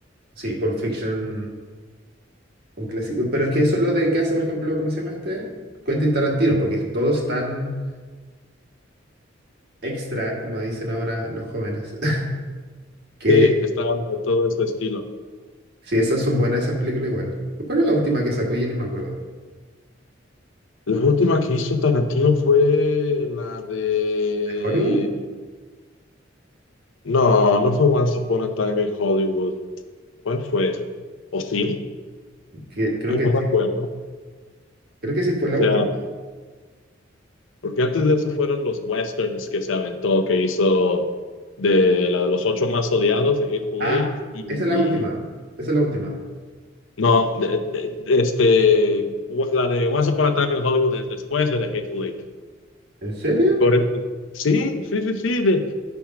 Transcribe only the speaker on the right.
sí, Pulp Fiction, un clásico. Pero es que eso es lo de que hace, por ejemplo, ¿cómo se llama este? Quentin Tarantino, porque todos están extra, como dicen ahora los jóvenes. <laughs> Que
si esas son buenas, esas películas igual. ¿Cuál es la última que sacó? Ya ni me acuerdo.
¿De Hollywood?
Que, creo
que
sí.
Creo que sí fue la
última.
Ah,
esa es la última. Esa es la última.
¿En serio?